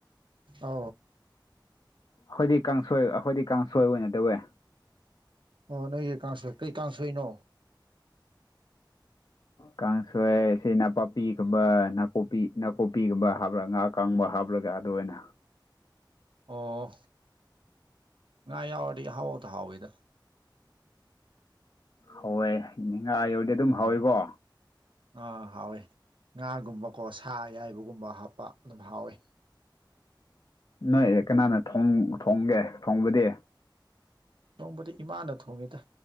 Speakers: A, on the right; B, on the left.
A: ꯑ
B: ꯑꯩꯣꯏꯗꯤ ꯀꯥꯡꯁꯣꯏ ꯑꯩꯈꯣꯏꯗꯤ ꯀꯥꯡꯁꯣꯏ ꯑꯣꯏꯅ ꯇꯧꯋꯦ
A: ꯑꯣ ꯅꯣꯏ ꯀꯩ ꯀꯥꯡ ꯁꯣꯏ ꯀꯩꯀ ꯁꯏꯅꯣ
B: ꯀꯥꯡꯁꯣꯏ ꯁꯤ ꯅꯥꯄꯥꯛꯄꯤꯒꯨꯝꯕ ꯅꯥꯀꯨꯞꯄꯤ ꯅꯥꯀꯨꯞꯄꯤꯒꯨꯝꯕ ꯍꯥꯞ꯭ꯔꯒ ꯉꯍꯥꯛ ꯀꯪꯕ ꯍꯥꯞꯂꯒ ꯑꯗꯨ ꯑꯣꯏꯅ
A: ꯑꯣꯥ ꯉꯥ ꯌꯥꯎꯔꯗꯤ ꯍꯍꯥꯎꯕ ꯍꯥꯎꯋꯦꯗ
B: ꯍꯧꯋꯦ ꯅꯤꯡ ꯉꯥ ꯌꯧꯔꯗꯤ ꯑꯗꯨꯝ
A: ꯎꯝ
B: ꯍꯧꯋꯤꯀꯣ
A: ꯑꯥ ꯍꯥꯎꯋꯦ ꯉꯥꯒꯨꯝꯕꯀꯣ ꯁꯥ ꯑꯌꯥꯏꯕꯒꯨꯝꯕ ꯍꯥꯞꯄ ꯑꯗꯨꯝ ꯍꯥꯎꯋꯦ
B: ꯅꯣꯏ ꯑꯦ ꯀꯅꯥꯅ ꯊꯣꯡꯒꯦ ꯊꯣꯡꯕꯗꯤ
A: ꯆꯣꯡꯕꯗꯤ ꯏꯃꯥꯅ ꯊꯣꯡꯉꯦꯗ